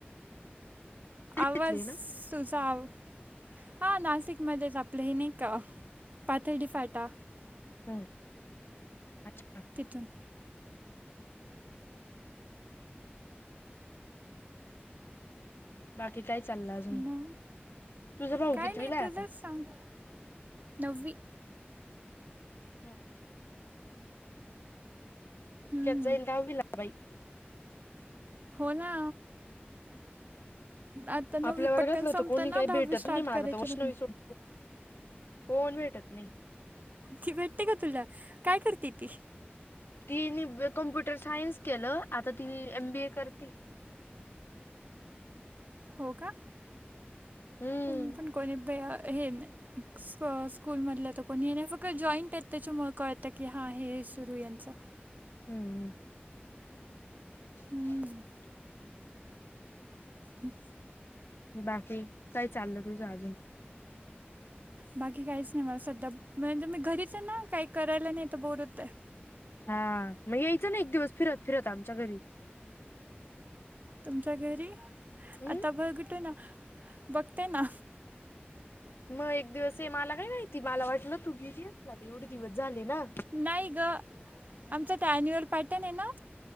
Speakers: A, on the right; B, on the left.
A: आवाज
B: घेतली ना
A: सुझाव हा नाशिकमध्येच आपलं हे नाही का पाथडी फाटा
B: हम् अच्छा.
A: तिथून
B: बाकी काय चाललं अजून
A: मग
B: तुझ भाऊ
A: काय
B: पितवीला
A: नाही तुझंच
B: आता
A: सांग. नववी
B: हम्म.
A: हम्म.
B: त्यात जाईल दहावीला बाईक
A: हो ना. आता नववी
B: आपल्या वर्गातलं
A: पटकन संपताना
B: तर कोणी काही भेटत
A: दहावी स्टार्ट
B: नाही मला
A: करायच
B: तर वैष्णवी
A: र.
B: सोड कोण भेटत नाही.
A: ती भेटते का तुला काय करते ती
B: तीनी कॉम्प्युटर सायन्स केलं आता ती एम बी ए करती.
A: हो का
B: हम्म
A: पण कोणी प हे नाही. स्कूलमधलं तर कोणी आहे नाही फक्त जॉईंट आहेत त्याच्यामु कळत की हा हे सुरू यांचं.
B: हम्म हम्. <unintelligible>
A: हम्म. ह.
B: बाकी काही चाललं तुझ अजून
A: बाकी काहीच नाही मला सध्या म्हणजे मी घरीच आहे ना काही करायला नाही तर बोर होत आहे.
B: हा मग यायचं ना एक दिवस फिरत फिरत आमच्या घरी
A: तुमच्या घरी
B: हम्
A: आता बघतो ना. बघतेना.
B: मग एक दिवस ये मला काय माहिती मला वाटलं तू गेली असणार आता एवढे दिवस झाले ना.
A: नाही ग आमचं ते अॅन्युअल पॅटर्न आहे ना.